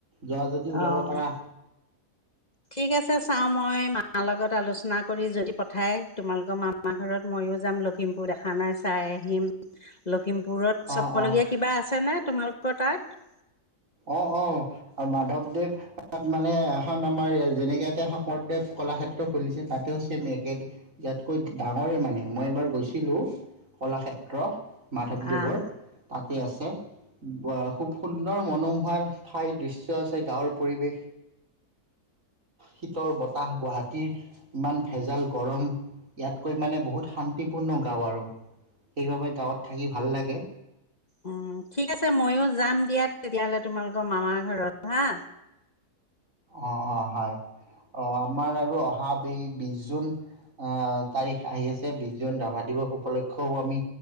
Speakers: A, on the right; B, on the left.
A: যোৱা যদি ওলাব
B: অ',
A: পাৰা
B: ঠিক আছে চাও মই মাৰ লগত আলোচনা কৰি যদি পঠাই তোমালোকৰ মামা ঘৰত ময়ো যাম লখিমপুৰ দেখা নাই চাই আহিম লখিমপুৰত
A: অ',
B: চাবলগীয়া কিবা আছেনে তোমালোকৰ তাত
A: অ অ মাধৱদেৱ মানে এখন আমাৰ যেনেকে এতে শংকৰদেৱ কলাক্ষেত্ৰ খুলিছে তাতেও চছেম একে ইয়াতকৈ ডাঙৰে মানে মই এইবাৰ গৈছিলো কলাক্ষেত্ৰ মাধৱদেৱৰ
B: আহ
A: তাতে আছে অ খুব সুন্দৰ মনোমোহাৰ ঠাই দৃশ্য আছে গাঁৱৰ পৰিৱেশ শীতল বতাহ গুৱাহাটীৰ ইমান ভেজাল গৰম ইয়াতকৈ মানে বহুত শান্তিপূৰ্ণ গাঁও আৰু সেইবাবে গাঁৱত থাকি ভাল লাগে
B: উ ঠিক আছে ময়ো যাম দিয়া তেতিয়াহলে তোমালোকৰ মামাৰ ঘৰত হা
A: অ অ হয় অ আমাৰ আৰু অহা এই বিশ জুন আহ তাৰিখ আহি আছে বিশ জুন ৰাভা দিৱস উপলক্ষেও আমি